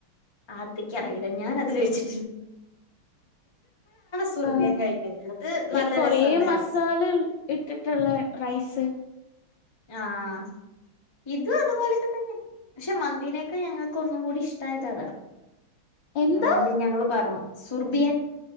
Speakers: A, on the left; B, on the left.
A: അതിക്ക് അറിയില്ല ഞാനത് കഴിച്ചി സുർബിയൻ
B: ആ
A: കഴിക്കുന്നത് അത് നല്ല
B: ലൈക്ക് കൊറേ
A: രസണ്ടായിരുന്നു
B: മസാല ഇട്ടിട്ടുള്ള റൈസ്
A: ആഹ് ഇതും അത്പോലൊക്കെ തന്നെ പക്ഷെ മന്തീനേക്കാ ഞങ്ങക്ക് ഒന്നും കൂടി ഇഷ്ടായത് അതാ
B: എന്താ
A: അതുകൊണ്ട് ഞങ്ങള് പർണു സുർബിയാൻ